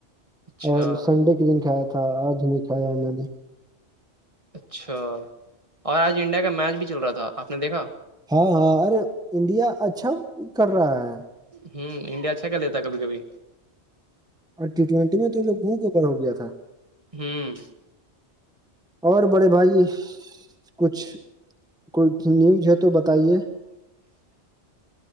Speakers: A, on the right (about 30°); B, in the centre.
A: اچھا
B: اور سنڈے کے دن کھایا تھا آج نہیں کھایا میں نے
A: اچھا اور آج انڈیا کا میچ بھی چل رہا تھا آپ نے دیکھا
B: ہاں ہاں ارے انڈیا اچھا کر رہا ہے
A: ہوں انڈیا اچھا کر لیتا ہے کبھی کبھی
B: اور ٹی ٹوینٹی میں تو یہ لوگ بڑ ہو گیا تھا
A: ہوں
B: اور بڑے بھائی کچھ کچھ نیوز ہے تو بتائیے